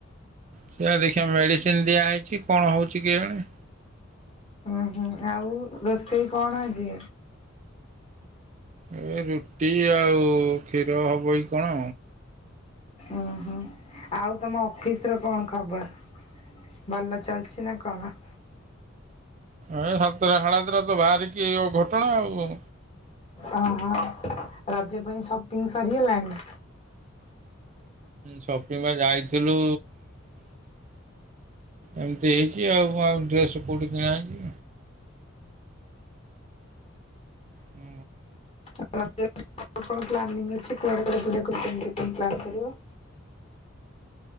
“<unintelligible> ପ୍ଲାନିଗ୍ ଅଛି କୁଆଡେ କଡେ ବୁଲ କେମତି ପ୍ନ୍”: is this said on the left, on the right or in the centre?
Left